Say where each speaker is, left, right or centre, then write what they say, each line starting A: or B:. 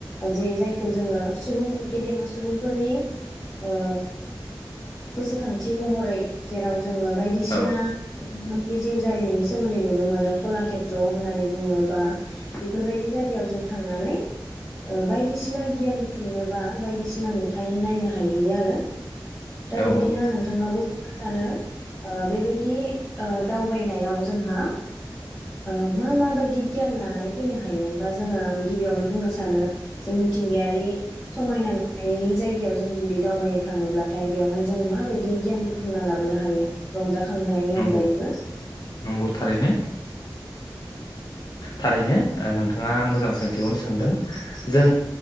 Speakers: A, on the left; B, on the left.
A: जे जायखौ जोङो सुबुं गेदेमा सुबुंफोरनि ओ गोसोखांथि महरै जेराव जोंङो बायदिसिना
B: औ
A: बे जिउ जारिमिनि सोमोन्दै नुनो मोनो कलाषेथ्र होननानै बुङोबा बेफोरबायदि जायगायाव जों थांनानै बायदिसिना गियान बुथुमनोबा बायदिसिना नुथाय नायनो हायो आरो। दा
B: औ नंगौ
A: बिदिनो आं नोंथांनावबो सानो ओ बेबायदि ओ दावबायनायाव जोंहा ओ मा माबायदि गियान लानानै फैनो हायो बा जोङो आं गिबियावनो बुंनो सानो जों मिथिंगायारि समायना नि जायगायाव जों जुदि दावबायनो थाङोब्लाथाय बेयावहाय जों माबायदि गियान बुथुमना लाबोनो हायो रंजा खांहोनायनि
B: नंगौ
A: अनगायैबो
B: नंगौ थारैनो थारैनो नोंथाङा मोजां सोंथिखौनो सोंदों जों